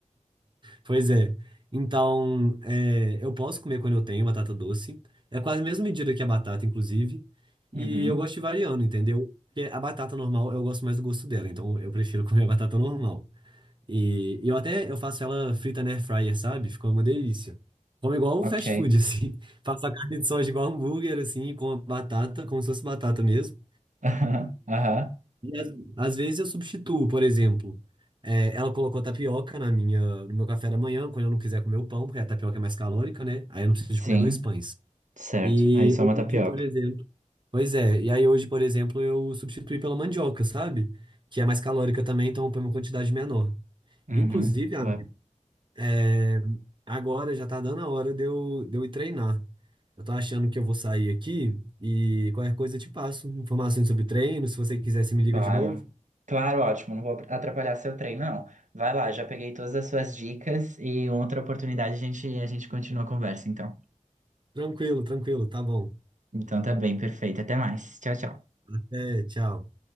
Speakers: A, on the right (about 35°); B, on the right (about 70°).
A: Pois é. Então, é, eu posso comer quando eu tenho batata doce. É quase a mesma medida que a batata, inclusive. E
B: Uhum.
A: eu gosto de ir variando, entendeu? Porque a batata normal, eu gosto mais do gosto dela. Então, eu prefiro <laughs> comer a batata normal. E eu até eu faço ela frita na air fryer, sabe? Fica uma delícia. Como igual
B: Ok.
A: o fast food, <laughs> assim. Faço a carne de soja igual hambúrguer, assim, com a batata, como se fosse batata mesmo.
B: <laughs> Aham. Aham.
A: E às, às vezes eu substituo, por exemplo, é, ela colocou tapioca na minha, no meu café da manhã, quando eu não quiser comer o pão, porque a tapioca é mais calórica, né? Aí eu não preciso
B: Sim,
A: de comer dois pães.
B: certo.
A: E
B: Aí só
A: hoje,
B: uma tapioca.
A: por exemplo. Pois é, e aí hoje, por exemplo, eu substituí pela mandioca, sabe? Que é mais calórica também, então eu ponho uma quantidade menor.
B: Uhum.
A: Inclusive, amigo,
B: Claro.
A: é, agora já tá dando a hora de eu, de eu ir treinar. Eu tô achando que eu vou sair aqui e qualquer coisa eu te passo informações sobre treino, se você quiser, você me liga
B: Claro,
A: de novo.
B: Claro, ótimo. Não vou atrapalhar seu treino, não. Vai lá, já peguei todas as suas dicas e outra oportunidade a gente, a gente continua a conversa, então.
A: Tranquilo, tranquilo, tá bom.
B: Então tá bem, perfeito. Até mais. Tchau, tchau.
A: Até, tchau.